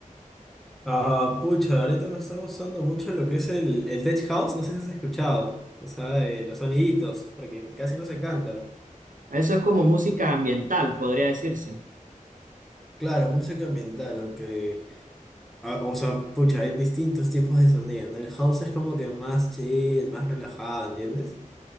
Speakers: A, in the centre; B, on the right.
A: Ah, pucha, ahorita me está gustando mucho lo que es el, el tech house, no sé si has escuchado, o sea, eh, los soniditos, porque casi no se canta.
B: Eso es como música ambiental, podría decirse.
A: Claro, música ambiental, aunque, ah, o sea, pucha, hay distintos tipos de sonido, ¿no? El house es como que más chill, más relajado, ¿entiendes?